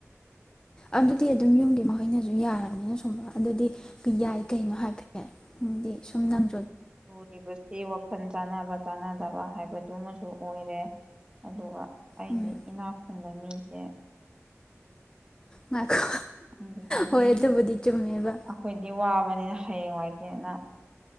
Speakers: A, on the left (about 15°); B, on the right (about 20°).
A: ꯑꯗꯨꯗꯤ ꯑꯗꯨꯝ ꯌꯨꯝꯒꯤ ꯃꯈꯩꯅꯁꯨ ꯌꯥꯔꯕꯅꯤꯅ ꯁꯨꯝꯕ ꯑꯗꯨꯗꯤ ꯌꯥꯏ ꯀꯩꯅꯣ ꯍꯥꯏꯕꯗꯤ ꯁꯨꯝ ꯅꯪ
B: ꯂꯨꯔꯤꯕꯁꯤ ꯋꯥꯈꯜ ꯆꯥꯟꯅꯕ ꯆꯥꯟꯅꯗꯕ ꯍꯥꯏꯕꯗꯨꯃꯁꯨ ꯑꯣꯏꯔꯦ ꯑꯗꯨꯒ ꯑꯩꯗꯤ
A: ꯎꯝ
B: ꯏꯅꯥꯛ ꯈꯨꯨꯟꯕ ꯃꯤ ꯦ
A: ꯉꯥꯏꯈꯣ
B: ꯪ ꯍꯥꯏꯗꯤꯦ
A: ꯍꯣꯏ ꯑꯗꯨꯕꯨꯗꯤ ꯆꯨꯝꯃꯦꯕ
B: ꯑꯩꯈꯣꯏꯗꯤ ꯋꯥꯕꯅꯤꯅ ꯍꯌꯦꯡꯋꯥꯏ ꯦꯅ